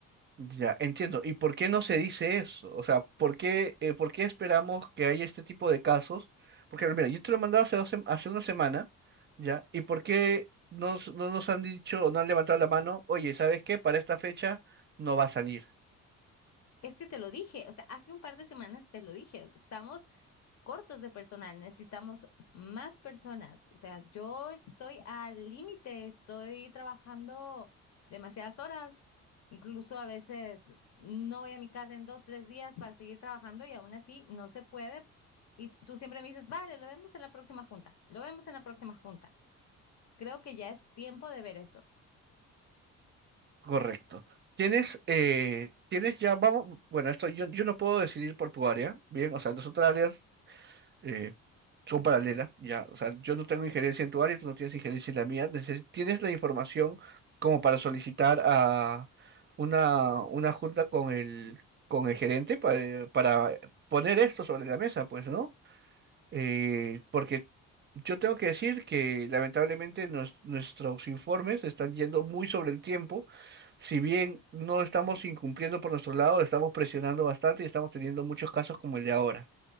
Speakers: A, on the right; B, on the left.
A: Ya, entiendo. ¿Y por qué no se dice eso? O sea, ¿por qué, eh, por qué esperamos que haya este tipo de casos? Porque, mira, yo te lo mandaba hace, dos sem- hace una semana, ¿ya? ¿Y por qué nos- no nos han dicho o no han levantado la mano? Oye, ¿sabes qué? Para esta fecha no va a salir.
B: Es que te lo dije, o sea, hace un par de semanas te lo dije, estamos cortos de personal, necesitamos más personas. O sea, yo estoy al límite, estoy trabajando demasiadas horas, incluso a veces no voy a mi casa en dos, tres días para seguir trabajando y aún así no se puede. Y tú siempre me dices, vale, lo vemos en la próxima junta, lo vemos en la próxima junta. Creo que ya es tiempo de ver eso.
A: Correcto. Tienes, eh, tienes ya, vamos, bueno, esto yo, yo no puedo decidir por tu área, bien, o sea, nosotras áreas eh, son paralelas, ya, o sea, yo no tengo injerencia en tu área, tú no tienes injerencia en la mía, neces- tienes la información como para solicitar a una, una junta con el, con el gerente para, para poner esto sobre la mesa, pues, ¿no? Eh, porque yo tengo que decir que lamentablemente nos- nuestros informes están yendo muy sobre el tiempo, si bien no estamos incumpliendo por nuestro lado, estamos presionando bastante y estamos teniendo muchos casos como el de ahora.